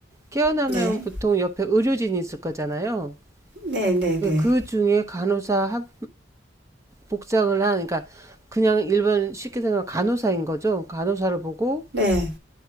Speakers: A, on the right (about 15°); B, on the right (about 70°).
A: 깨어나면
B: 네,
A: 보통 옆에 의료진이 있을 거잖아요.
B: 네, 네, 네.
A: 예, 그 중에 간호사 한- 복장을 한, 그러니까 그냥 일반 쉽게 생각하면 간호사인 거죠. 간호사를 보고
B: 네,